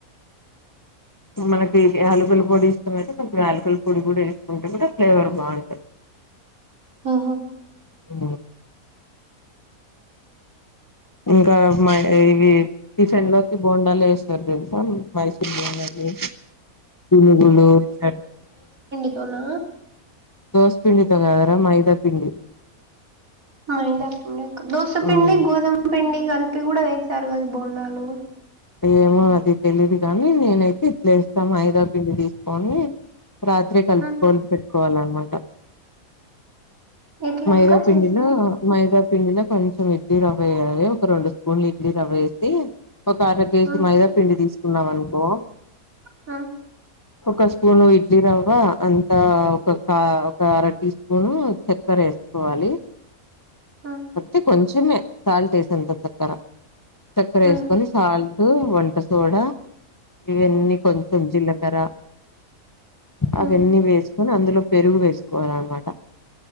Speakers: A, on the left; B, on the right.
A: మనకి యాలుకల పొడి ఇష్టమాయితే కొంచెం యాలకుల పొడి కూడా వేసుకుంటే కూడా ఫ్లేవర్ బాగుంటది
B: హ
A: ఆ ఇంకా మ ఇవి టిఫిన్ లోకి బోండాలు వేస్తారు తెలుసా మైసూర్ బోండాలు గ చ
B: అవున
A: దోస్పిండి తో కదారా మైదా పిండి
B: మైదాపిండి దోసపిండి
A: ఉమ్
B: గోధుమ పిండి కలిపి కూడా వేచారు కదా బోండాలు
A: ఏమో అది తెలీదు కాని నేనైతే ఇట్లేస్తా మైదాపిండి తీసుకోని రాత్రే కలుపుకోని
B: హ్మ్.
A: పెట్టుకోవాలన్నమాట
B: ఎట్లా
A: మైదాపిండిలో
B: అక్క చేసేది?
A: మైదా పిండిలో కొంచెం ఇడ్లీ రవ్వ వేయాలి ఒక రెండు స్పూన్ ఇడ్లీ రవ్వ వేసి ఒక అర కేజీ
B: హ్మ్.
A: మైదా పిండి తీసుకున్నాం అనుకో
B: ఆ
A: ఒక స్పూను ఇడ్లీ రవ్వ అంతా ఒక ఒక అర టీ స్పూను చక్కర ఏసు కోవాలి.
B: హ్మ్.
A: మతే కొంచమే సాల్ట్ వేసేంత చక్కర చక్కర
B: హ్మ్.
A: వే సాల్ట్ వంట సోడా ఇవన్నీ కొం జిలకర
B: హ్మ్.
A: అవన్నీ వేస్ కాని అందులో పెరుగు వేసుకోవాలనమాట